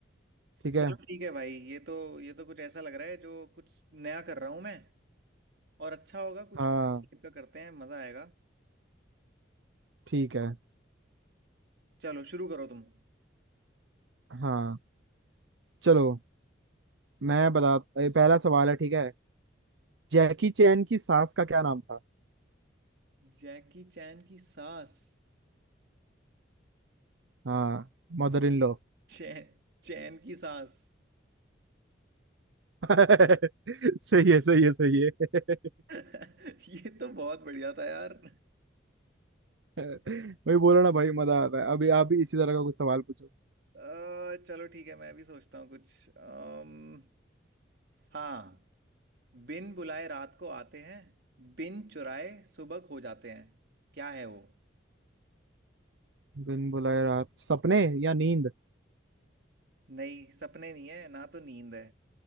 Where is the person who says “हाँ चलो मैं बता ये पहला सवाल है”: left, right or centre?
Right